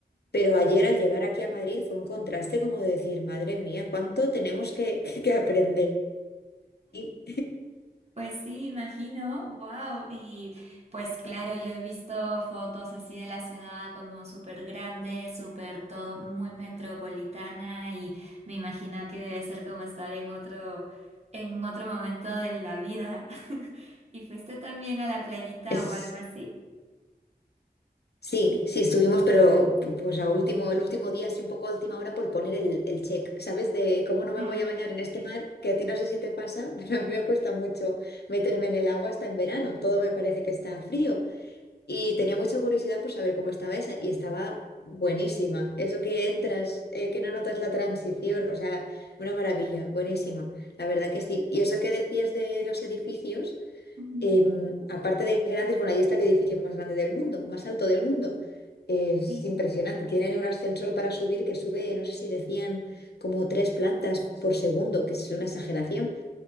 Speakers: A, on the left; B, on the right.
A: pero ayer al llegar aquí a Madrid fue un contraste como de decir, madre mía, ¿cuánto tenemos que, <laughs> que aprender? Y
B: Pues sí, imagino, wow. Y pues claro, yo he visto fotos así de la ciudad como súper grande, súper todo muy metropolitana y me imagino que debe ser como estar en otro, en otro momento de la vida. <laughs> ¿Y fuiste también a la playita
A: Es,
B: o algo así?
A: sí, sí estuvimos, pero pues a último, el último día, sí un poco a última hora por poner el, el check, ¿sabes? De cómo no me
B: Mm.
A: voy a bañar en este mar, que a ti no sé si te pasa, <laughs> pero a mí me cuesta mucho meterme en el agua hasta en verano, todo me parece que está frío. Y tenía mucha curiosidad por saber cómo estaba esa y estaba buenísima. Eso que entras, eh, que no notas la transición, o sea, una maravilla, buenísima. La verdad que sí. Y eso que decías de los edificios,
B: Ujú,
A: em, aparte de grandes, bueno, ahí está el edificio más grande del mundo, más alto del mundo. Es
B: Sí.
A: impresionante. Tienen un ascensor para subir que sube, no sé si decían como tres plantas por segundo, que es una exageración